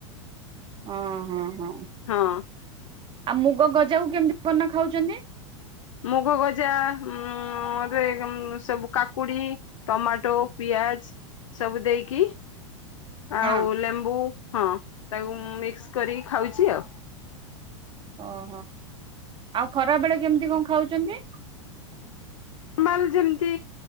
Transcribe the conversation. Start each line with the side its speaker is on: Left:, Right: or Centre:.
Right: ଓଁ ହଁ ହଁ।
Left: ହଁ।
Right: ଆଉ ମୁଗ ଗଜାକୁ କେମିତି କ ନା ଖାଉଛନ୍ତି?
Left: ମୁଗ ଗଜା ଉଁ ମତେ ସବୁ କାକୁଡି ଟମାଟୋ, ପିଆଜ୍ ସବୁ ଦେଇକି
Right: ହଁ
Left: ଆଉ ଲେମ୍ବୁ ହଁ ତାକୁ ମିକ୍ସ୍ କରିକି ଖାଉଛି ଆଉ।
Right: ଓହୋ ଆଉ ଖରା ବେଳେ କେମିତି କଣ ଖାଉଛନ୍ତି?
Left: ମାନ୍ ଯେମତି